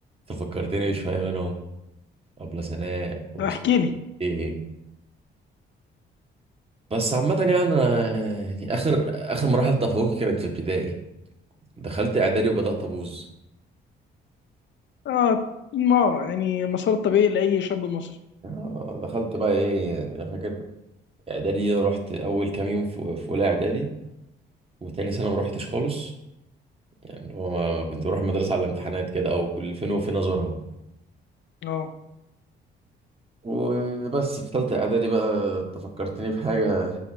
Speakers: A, on the right; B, on the left.
A: تفكرتني شوية منهم أبلة سناء أبو
B: طب احكي لي
A: إيه بس عامة يعني أنا يعني آخر آخر مراحل تفوقي كانت في ابتدائي دخلت إعدادي وبدأت أبوظ
B: اه ما يعني المسار الطبيعي لأي شاب مصري
A: آه، دخلت بقى إيه يعني أنا فاكر إعدادي أنا رحت أول كام يوم في في أولى إعدادي وتاني سنة ما رحتش خالص يعني اللي هو ما- كنت بروح المدرسة على الامتحانات كده أو كل فين وفين أزورها
B: اه
A: وبس في تالتة إعدادي بقى أنت فكرتني بحاجة